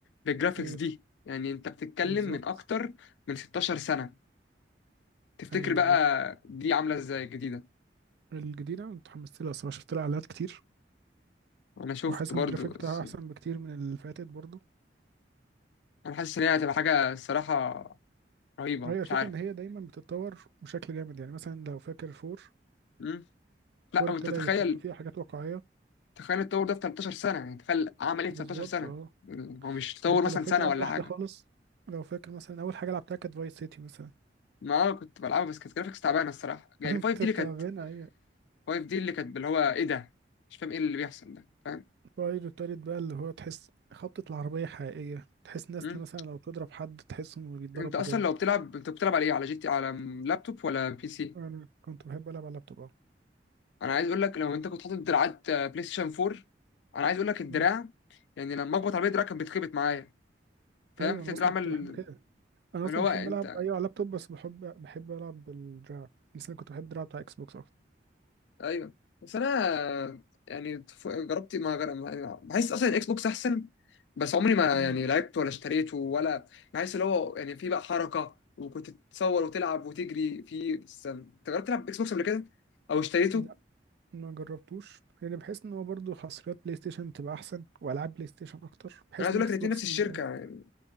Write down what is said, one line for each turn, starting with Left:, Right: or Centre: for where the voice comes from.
Left: بالجرافيكس
Right: هي
Left: دي يعني انت بتتكلم
Right: بالظبط
Left: من اكتر من 16 سنة تفتكر
Right: ايوه
Left: بقى
Right: بالظبط
Left: دي عاملة ازاي الجديدة
Right: الجديدة أنا اتحمست لها الصراحة شفت لها اعلانات كتير
Left: انا شفت
Right: وحاسس
Left: برضو
Right: ان الجرافيك
Left: بس
Right: بتاعها احسن بكتير من اللي فاتت برضه
Left: انا حاسس ان هي هتبقى حاجة الصراحة رهيبة
Right: هي
Left: مش
Right: الفكرة
Left: عارف
Right: ان هي دايما بتتطور بشكل جامد يعني مثلا لو فاكر فور
Left: مم؟ لا
Right: فور
Left: وانت
Right: ابتدى
Left: تخيل
Right: يحطوا فيها حاجات واقعية
Left: تخيل التطور ده في 13 سنة يعني تخيل عمل ايه
Right: بالظبط
Left: في 13 سنة
Right: اه
Left: يعني هو مش تطور
Right: يعني انت
Left: مثلا
Right: لو فاكر
Left: سنة
Right: اول
Left: ولا
Right: واحدة
Left: حاجة
Right: خالص لو فاكر مثلا اول حاجة لعبتها كانت فايس سيتي مثلا
Left: ما انا كنت بلعبها بس كانت جرافيكس تعبانة الصراحة يعني
Right: <laughs>
Left: 5
Right: كنت
Left: دي اللي
Right: تعبانة
Left: كانت
Right: هي
Left: واقف دي اللي كانت اللي هو ايه ده مش فاهم ايه اللي بيحصل ده فاهم
Right: فايس التالت بقى اللي هو تحس خبطة العربية حقيقية تحس ناس
Left: مم.
Right: مثلا لو تضرب حد تحس انه بيتضرب
Left: انت اصلا
Right: بجد
Left: لو بتلعب انت بتلعب على ايه على جي تي على م- لابتوب ولا بي سي
Right: وانا كنت بحب العب على اللابتوب
Left: انا عايز اقول لك لو انت كنت حاطط دراعات آه، بلاي ستيشن 4 انا عايز اقول لك الدراع
Right: اه
Left: يعني لما اخبط على الدراع كان بيتخبط معايا فاهم
Right: ايوه انا
Left: الدراع
Right: اصلا
Left: عمل
Right: كنت بحب كده انا
Left: اللي
Right: اصلا
Left: هو
Right: بحب
Left: انت
Right: العب ايوه على اللابتوب بس بحب بحب العب بالدراع بس انا كنت بحب الدراع بتاع اكس بوكس اكتر
Left: ايوه بس انا يعني ف- جربت ما جر... ما- يعني بحس اصلا الاكس بوكس احسن بس عمري ما
Right: مم.
Left: يعني لعبت ولا اشتريته ولا بحس اللي هو يعني في بقى حركه وكنت تتصور وتلعب وتجري في بس انت جربت تلعب اكس بوكس قبل كده او اشتريته
Right: لا ما جربتوش لان بحس ان هو برضه حصريات بلاي ستيشن بتبقى احسن والعاب بلاي ستيشن اكتر بحس
Left: انا عايز
Right: ان
Left: اقول
Right: اكس
Left: لك الاثنين
Right: بوكس
Left: نفس
Right: ال-
Left: الشركه يعني